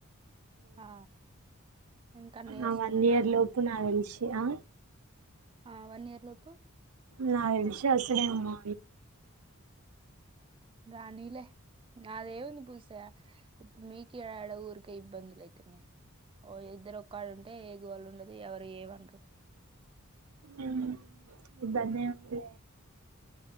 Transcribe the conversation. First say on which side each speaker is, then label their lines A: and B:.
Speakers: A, on the right; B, on the right.
A: ఆ ఇంకా అన్నయ్య
B: ఆ
A: వస్తుండంటనా
B: వన్ ఇయర్ లోపు నా వెలిసి ఆ
A: ఆ వన్ ఇయర్ లోపు
B: నా విశవాసడే ఉమ్మా
A: రాణిలే నాదే వంది పూసే ఇప్పు మీకడాడ ఊరు కై ఇబంది అతున్నాయి ఓ ఇద్దరు ఒక్కళ్ళ ఉంటే ఏ గోళ ఉండదు ఎవరు ఏమండరు
B: ఆ ఇది బన్న అంటే